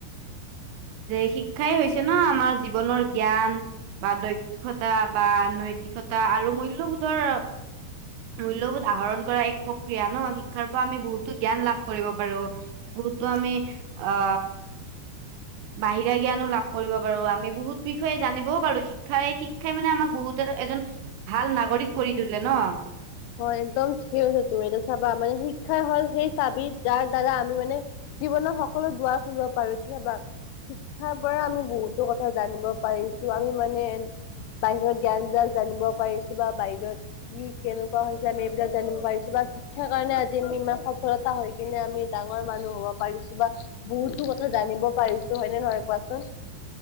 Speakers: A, on the right; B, on the left.
A: যে শিক্ষাই হৈছে ন আমাৰ জীৱনৰ জ্ঞান বা দক্ষতা বা নৈতিক অতা আৰু মূল্যবোধৰ মূল্যবোধ আহৰণ কৰা এক প্ৰক্ৰিয়া ন শিক্ষাৰ পৰা আমি বহুতো জ্ঞান লাভ কৰিব পাৰো বতো আমি আ বাহিৰা জ্ঞানো লাভ কৰিব পাৰো আমি বহুত বিষয়ে জানিবও পাৰো শিক্ষাৰে শিক্ষাই মানে আমাক বহুতে এজন ভাল নাগৰিক কৰি তোলে ন
B: হয় একদম ঠিকেই কছ তুমি এতিয়া চাবা মানে শিক্ষা হল সেই চাবি যাৰ দ্বাৰা আমি মানে জীৱনৰ সকলো দুৱাৰ খুলিব পাৰো নাবা শিক্ষাৰ পৰা আমি বহুতো কথা জানিব পাৰিছো আমি মানে বাহিৰত জ্ঞানবিলাক জানিব পাৰিছো বা বাহিৰত কি কেনে কোৱা হৈছে আমি এইবিলাক জানিব পাৰিছো বা শিক্ষাৰ কাৰণে আজি আমি ইমান সফলতা হৈ কিনে আমি ডাঙৰ মানুহ হওক পাৰিছো বা বহুতো কথা জানিব পাৰিছো হয়নে নহয় কোৱাচোন